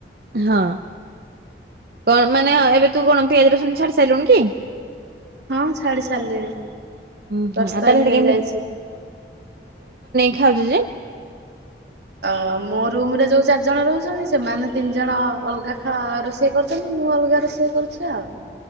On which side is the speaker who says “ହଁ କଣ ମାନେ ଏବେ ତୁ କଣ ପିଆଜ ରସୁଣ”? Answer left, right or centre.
Right